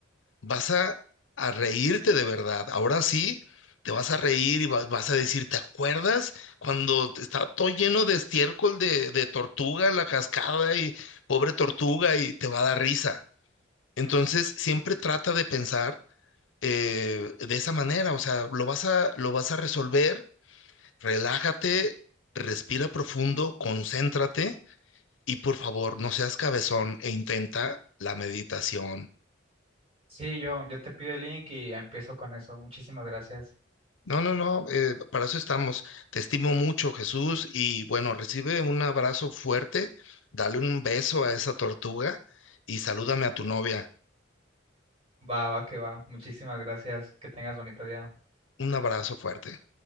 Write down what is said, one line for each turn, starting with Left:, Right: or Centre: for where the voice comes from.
Left: vas a, a reírte de verdad. Ahora sí, te vas a reír y va- vas a decir, ¿te acuerdas cuando estaba todo lleno de estiércol de, de tortuga, la cascada y pobre tortuga y te va a dar risa? Entonces, siempre trata de pensar eh, de esa manera, o sea, lo vas a, lo vas a resolver, relájate, respira profundo, concéntrate y por favor, no seas cabezón e intenta la meditación.
Right: Sí, yo, yo te pido el link y empiezo con eso. Muchísimas gracias.
Left: No, no, no, eh, para eso estamos. Te estimo mucho, Jesús, y bueno, recibe un abrazo fuerte, dale un beso a esa tortuga y salúdame a tu novia.
Right: Va, va, que va. Muchísimas gracias. Que tengas bonito día.
Left: Un abrazo fuerte.